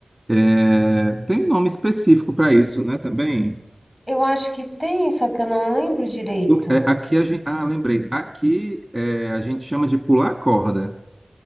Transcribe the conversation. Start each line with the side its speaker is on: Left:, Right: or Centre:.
Centre: é- tem um nome específico para isso, né, também?
Left: eu acho que tem, só que eu não lembro direito.
Centre: O- é, aqui a gente. Ah, lembrei. Aqui é, a gente chama de pular corda.